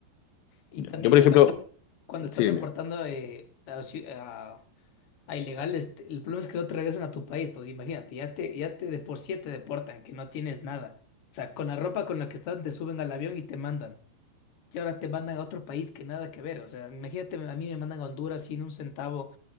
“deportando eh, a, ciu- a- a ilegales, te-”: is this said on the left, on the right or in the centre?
Left